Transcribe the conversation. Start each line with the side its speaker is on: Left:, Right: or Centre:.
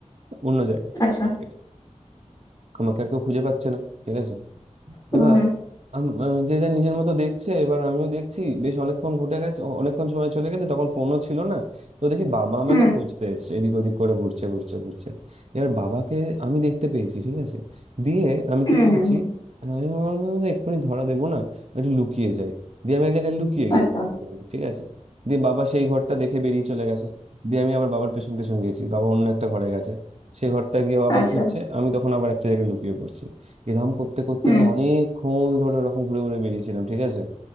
Right: অন্য জায়গায়
Left: আচ্ছা
Right: চলে গেছি। আমাকে আর কেউ খুঁজে পাচ্ছে না ঠিক আছে
Left: হুম
Right: এবার
Left: হুম
Right: আম- আহ, যে যা নিজের মতো দেখছে এবার আমিও দেখছি বেশ অনেকক্ষণ ঘুটে গেছে অ- অনেকক্ষণ সময় চলে গেছে তখন ফোনও ছিল না তো দেখি বাবা আমাকে
Left: হুম
Right: খুঁজতে এসছে এদিক ওদিক করে ঘুরছে ঘুরছে ঘুরছে এবার বাবাকে আমি দেখতে পেয়েছি ঠিক আছে দিয়ে আমি
Left: হুম
Right: কি করেছি
Left: হুম, হুম।
Right: আমি ভাবলাম, "আরে, এক্ষুনি ধরা দেবো না একটু লুকিয়ে যাই দিয়ে আমি এক জায়গায় লুকিয়ে গেছি
Left: আচ্ছা
Right: আমি, ঠিক আছে দিয়ে বাবা সেই ঘরটা দেখে বেরিয়ে চলে গেছে দিয়ে আমি আবার বাবার পেছন পেছন গেছি বাবা অন্য একটা ঘরে গেছে সে ঘরটা গিয়ে আবার
Left: আচ্ছা
Right: খুঁজছে আমি তখন আবার একটা জায়গায় লুকিয়ে পড়ছি এরকম করতে করতে
Left: হুম
Right: আমি অনেকক্ষণ ধরে ওরকম ঘুরে ঘুরে বেরিয়েছিলাম ঠিক আছে